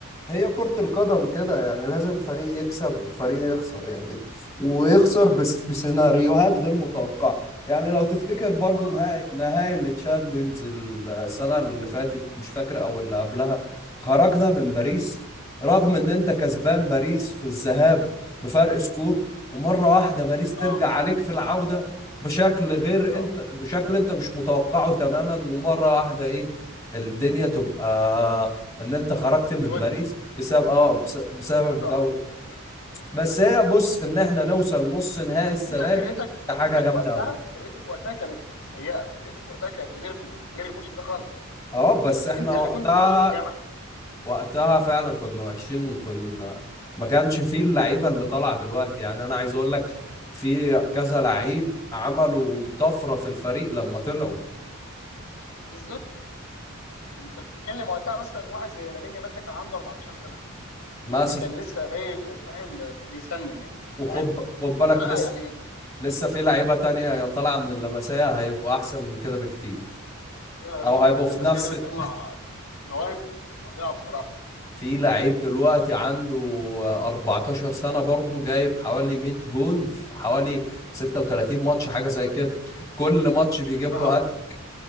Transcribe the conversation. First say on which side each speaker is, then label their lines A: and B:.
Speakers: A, on the left; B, on the left.
A: هي كرة القدم كده يعني لازم فريق يكسب وفريق يخسر يعني ويخسر
B: اكيد
A: بس بسيناريوهات غير متوقعة يعني لو تفتكر برضو
B: اه
A: نهائي
B: اكيد طبعا
A: نهائي التشامبيونز السنة اللي فاتت مش فاكر أو اللي قبلها خرجنا من باريس رغم إن أنت كسبان باريس في الذهاب بفرق سكور ومرة واحدة باريس ترجع
B: اه
A: عليك في العودة بشكل غير
B: اه
A: أنت بشكل أنت مش متوقعه تماما ومرة واحدة إيه الدنيا تبقى ان انت خرجت من
B: اسودت
A: باريس بسبب اه بس- بسبب
B: اه
A: دوري بس هي بص ان احنا نوصل نص نهائي
B: بس
A: السنه
B: انت فرقتك
A: دي ده
B: فرقتك
A: حاجه جامده
B: وقتها
A: قوي
B: فرقتك وقتها كانت سيئه فرقتك وقتها كانت غير غير الموسم ده خالص
A: اه بس احنا
B: انت
A: وقتها
B: اللي كنت وحش ايامها
A: وقتها فعلا كنا وحشين وكنا ما كانش فيه اللعيبه اللي طالعه دلوقتي يعني انا عايز اقول لك في كذا لعيب عملوا طفره في الفريق لما طلعوا
B: بالظبط انت بتتكلم وقتها مثلا واحد زي لامين يامال ده كان عنده 14 سنه
A: مثلا
B: يعني كان لسه ايه فاهم بيسنن يعني
A: وخد
B: فاهم
A: خد بالك
B: فلا
A: لسه
B: يعني
A: لسه في لعيبه تانية طالعه من اللمسيه هيبقوا احسن من كده بكتير
B: ربنا يستر
A: او هيبقوا
B: والله اللمسيه
A: في نفس
B: دي بتطلع
A: ال...
B: مواهب فظيعه بصراحه
A: في لعيب دلوقتي عنده 14 سنة برضه جايب حوالي 100 جون في حوالي 36 ماتش
B: يا ستار
A: حاجة زي
B: يا رب
A: كده كل ماتش بيجيب
B: <laughs> اه
A: له هاتريك